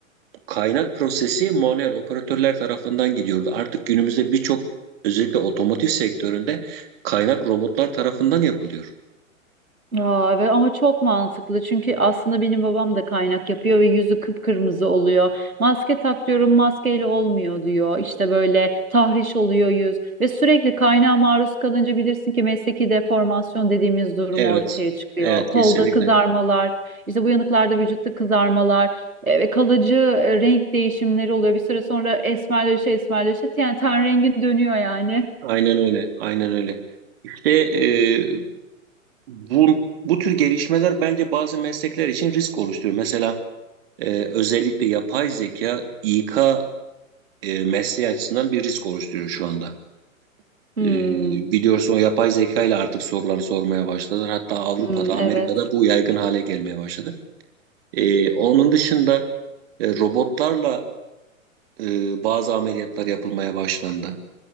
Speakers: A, on the right; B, on the right.
A: Kaynak prosesi manuel operatörler tarafından gidiyordu. Artık günümüzde birçok özellikle otomotiv sektöründe kaynak robotlar tarafından yapılıyor.
B: Aa, evet ama çok mantıklı çünkü aslında benim babam da kaynak yapıyor ve yüzü kıpkırmızı oluyor. Maske tak diyorum maskeyle olmuyor diyor. İşte böyle tahriş oluyor yüz ve sürekli kaynağa maruz kalınca bilirsin ki mesleki deformasyon dediğimiz durum
A: Evet,
B: ortaya çıkıyor.
A: evet
B: Kolda
A: kesinlikle.
B: kızarmalar, işte bu yanıklarda vücutta kızarmalar e, ve kalıcı e, renk değişimleri oluyor. Bir süre sonra esmerleşe esmerleşe yani ten rengin dönüyor yani.
A: Aynen öyle, aynen öyle. İşte e, bu bu tür gelişmeler bence bazı meslekler için risk oluşturuyor. Mesela e, özellikle yapay zeka İK e, mesleği açısından bir risk oluşturuyor şu anda.
B: Hmm,
A: Ee, biliyorsun o yapay zeka ile artık soruları sormaya başladılar. Hatta Avrupa'da,
B: hmm, evet.
A: Amerika'da bu yaygın hale gelmeye başladı. Ee, onun dışında e, robotlarla e, bazı ameliyatlar yapılmaya başlandı.